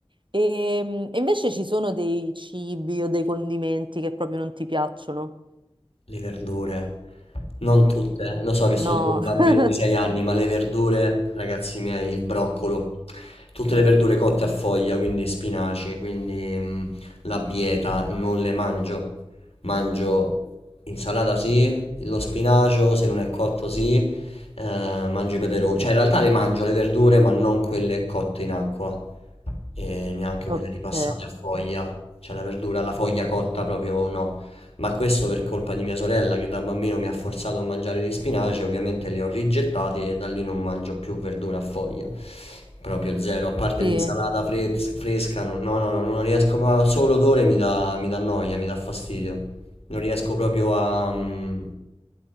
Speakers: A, on the right (about 55°); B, on the left (about 85°).
A: E, mm, e invece ci sono dei cibi o dei condimenti che proprio non ti piacciono?
B: Le verdure, non tutte, lo so che sono
A: No,
B: tipo un bambino
A: <laughs>
B: di 6 anni, ma le verdure, ragazzi miei, il broccolo, tutte le verdure cotte a foglia, quindi spinaci, quindi mh, la bieta, non le mangio. Mangio insalata sì, lo spinacio se non è cotto sì, eh, mangio i peperoni, cioè in realtà le mangio le verdure, ma non quelle cotte in acqua e neanche
A: ok,
B: quelle ripassate a foglia, cioè la verdura, la foglia cotta proprio no. Ma questo per colpa di mia sorella che da bambino mi ha forzato a mangiare gli spinaci, ovviamente li ho rigettati e da lì non mangio più verdura a foglia. Proprio zero, a parte
A: sì.
B: l'insalata fres- fresca, no, no, no, no, non riesco, ma solo l'odore mi dà, mi dà noia, mi dà fastidio. Non riesco proprio a... mm,